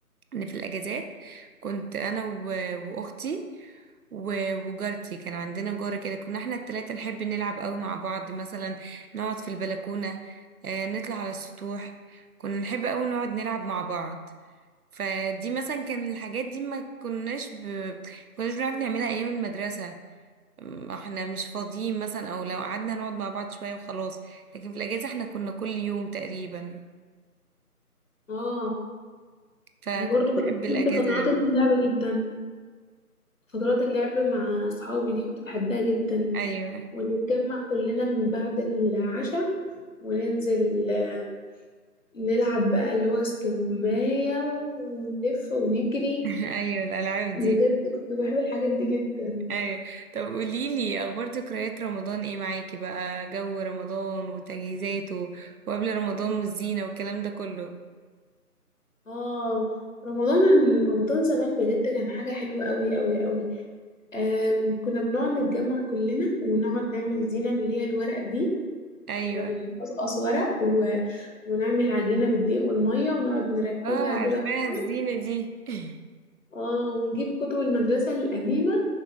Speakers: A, on the right (about 70°); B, on the left (about 55°).
A: ان في الاجازات كنت انا و- واختي و- وجارتي كان عندنا جارة كده كنا احنا التلاتة نحب نلعب قوي مع بعض مثلا نقعد في البلكونة آه، نطلع على السطوح كنا نحب قوي نقعد نلعب مع بعض فدي مثلا كان الحاجات دي ما كناش ب... ما كناش بنعرف نعملها ايام المدرسة م، احنا مش فاضيين مثلا او لو قعدنا نقعد مع بعض شوية وخلاص لكن في الاجازة احنا كنا كل يوم تقريبا
B: اه
A: فكنت
B: أنا برضو كنت
A: بحب
B: بحب
A: الاجازة
B: فترات
A: أوي.
B: اللعب جدا فترات اللعب مع أصحابي دي كنت بحبها جدا
A: ايوه
B: ونتجمع كلنا من بعد العشاء وننزل آه، نلعب بقى اللي هو استغماية ونلف ونجري
A: <laughs> ايوه الالعاب
B: بجد
A: دي
B: كنت بحب الحاجات دي جدا
A: ايوه طب قولي لي اخبار ذكريات رمضان ايه معاكي بقى جو رمضان وتجهيزاته وقبل رمضان والزينه والكلام ده كله
B: اه رمضان رمضان زمان بجد كان حاجة حلوة قوي قوي قوي آم، كنا بنقعد نتجمع كلنا ونقعد نعمل زينة من اللي هي الورق دي
A: ايوه
B: كنا بنقصقص ورق و... ونعمل عجينة بالدقيق والمية ونقعد نركبها
A: اه عارفاها
B: كده في بعض
A: الزينه دي <laughs>
B: اه ونجيب كتب المدرسة القديمة